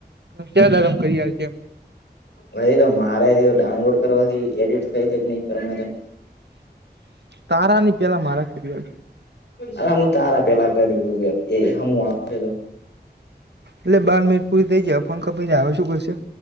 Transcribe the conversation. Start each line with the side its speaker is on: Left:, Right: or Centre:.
Right: કદારમ કરી છે એમ.
Left: હ તો મારે ડાઉનલોડ કરવાથી એડિટ થઈ નહી પર.
Right: તારાની પેલા મારા કરીયાળ.
Left: અલામું તારા પેલા કર્યું એ હ <unintelligible>
Right: એટલે બાર મિનિટ પૂરી થઈ જાય ફોન ખપી જાય આવે શું કરશે?